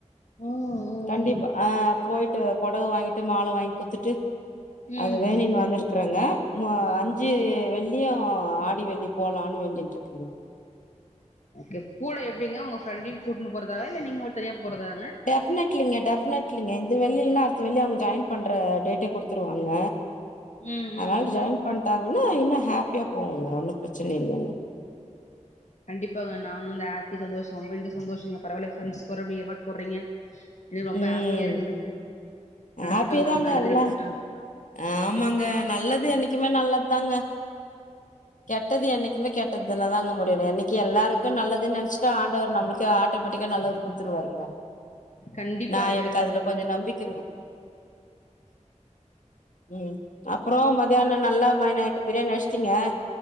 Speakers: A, on the left; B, on the left.
A: ம் ம்
B: கண்டிப்பா அ போயிட்டு பொடவ வாங்கிட்டு மால வாங்கி குத்துட்டு
A: ம்
B: அது
A: ம்
B: வேணினு வந்துரு இருக்குறங்க அஞ்சு வெள்ளியும் ஆடி வெள்ளி போலான்னு வேண்டிடனு இருக்குங்க
A: ஓகே கூட எப்டிங்க உங்க ஃப்ரெண்டையும் கூட்டுன்னு போறதாங்க இல்ல‌ நீங்க தனியா போறதா
B: டெஃப்னெட்லிங்க டெஃப்னெட்லிங்க இந்த வெள்ளிலைனா அடுத்த வெள்ளி அவுங்க ஜாயின் பண்ற டேட்டே கொடுத்துருவாங்க
A: ம்
B: அதனால்
A: ம்
B: ஜாயின் பண்ட்டாங்கன்னா இன்னும் ஹாப்பியா போவோங்க ஒன்னும் பிரச்சன இல்லைங்க
A: கண்டிப்பாங்க நானும் அந்த ஹாப்பி சந்தோஷம் ரொம்பக்கு சந்தோஷம்ங்க பரவாயல ஃப்ரெண்ட்ஸ் கூட இப்படி எபோர்ட்ஸ் போட்றீங்க எனக்கு ரொம்ப
B: ம்
A: ஹாப்பியா இருக்குதுங்க நடக்கட்டும்ங்க
B: ஹாப்பி தாங்க
A: நல்லதே
B: எல்லா
A: நடக்கட்டும்
B: ஆமாங்க நல்லது என்னைக்குமே நல்லது தாங்க கெட்டது என்னைக்குமே கெட்டதுலதான்ங்க முடியணும் என்னைக்கு எல்லாருக்கும் நல்லதுன்னு நினைச்சுட்டோம் ஆண்டவர் நம்மளுக்கு டோம் ஆட்டோமேட்டிக்கா நல்லது குடுத்துருவாருங்க
A: கண்டிப்பாங்க
B: நான் எனக்கு அதுல கொஞ்ஜோம் நம்பிக்கைங்க ம் அப்புறோம் மதியானம் நல்லா மைனாயிட்டு பிரியாணி நச்சிட்டீங்க